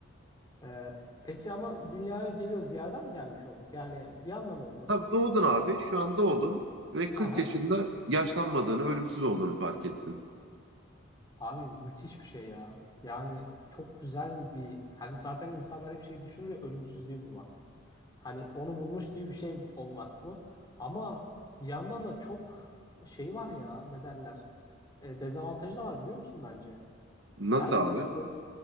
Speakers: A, on the left; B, on the right.
A: Ee, peki ama dünyaya geliyoruz bir yerden mi gelmiş olduk? Yani bir anda oldu?
B: Tabii doğdun abi. Şu an doğdun ve 40
A: Aha.
B: yaşında yaşlanmadığını, ölümsüz olduğunu fark ettin.
A: Abi müthiş bir şey ya. Yani çok güzel bir hani zaten insanlar hep şey düşünür ya ölümsüzlüğü bulmak. Hani onu bulmuş gibi bir şey olmak bu. Ama bir yandan da çok şey var ya ne derler. E, dezavantajı da var biliyor musun bence?
B: Nasıl
A: Sence
B: abi?
A: nasıl olur?